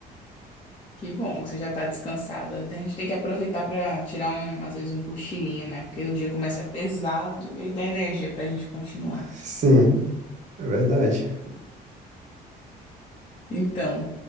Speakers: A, on the left; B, on the right.
A: Que bom que você já tá descansada. A gente tem que aproveitar pra tirar um, às vezes um cochilinho, né? Porque o dia começa pesado e aí dá energia pra gente continuar.
B: Sim, é verdade.
A: Então,